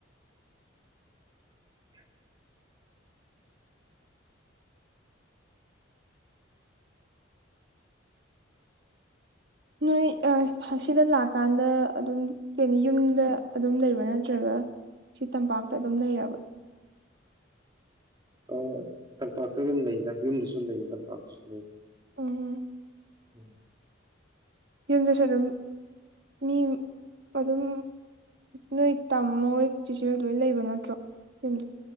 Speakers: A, on the right; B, on the right.
A: <inaudible>
B: ꯅꯣꯏ ꯑꯁꯤꯗ ꯂꯥꯛꯀꯥꯟꯗ ꯑꯗꯨꯝ ꯀꯅꯤ ꯌꯨꯝꯗ ꯑꯗꯨꯝ ꯂꯩꯕ꯭ꯔꯥ ꯅꯠꯇ꯭ꯔꯒ ꯁꯤ ꯇꯝꯄꯥꯛꯇ ꯑꯗꯨꯝ ꯂꯩꯔꯕ꯫
A: ꯑ ꯇꯝꯄꯥꯛꯇ ꯑꯗꯨꯝ ꯂꯩꯗ ꯌꯨꯝꯗꯁꯨ ꯂꯩꯌꯦ ꯇꯝꯄꯥꯛꯇꯁꯨ ꯂꯩ꯫
B: ꯎꯝ꯫
A: ꯎꯝ꯫
B: ꯌꯨꯝꯗꯁꯨ ꯑꯗꯨꯝ ꯃꯤ ꯑꯗꯨꯝ ꯅꯣꯏ ꯇꯝꯃꯍꯣꯏ ꯆꯦꯆꯦꯍꯣꯏ ꯂꯣꯏ ꯂꯩꯕ ꯅꯠꯇ꯭ꯔꯣ ꯌꯨꯝꯗ꯫